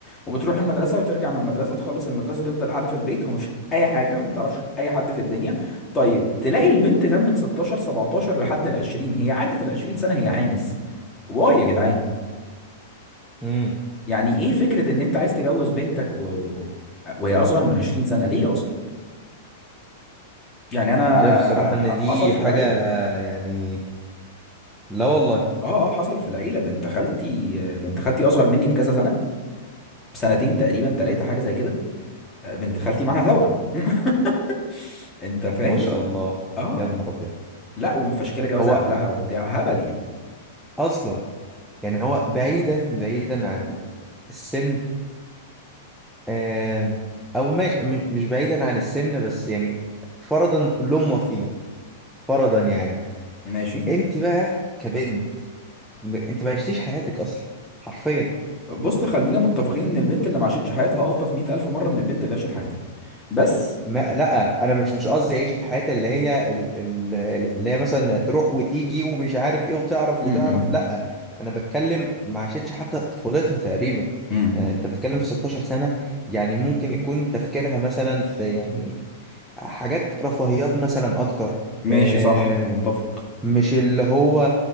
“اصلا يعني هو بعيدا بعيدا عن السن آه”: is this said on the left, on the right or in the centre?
Centre